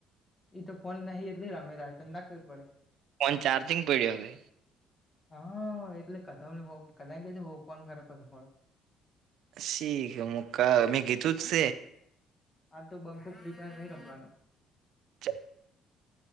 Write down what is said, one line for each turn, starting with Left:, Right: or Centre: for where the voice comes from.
Left: ઈ તો ફોન નહીં એટલે રમેરા તન ના ખબર પડે.
Right: ફોન ચારજિંગ પડ્યો સે.
Left: હા એટલે કદમ હો કદ કે વો ફોન કરે પછી મારો.
Right: શીખ મુ ક મેં કીધું ત સે.
Left: આ તો બંખો ફ્રી નહી રમવાનો.
Right: છે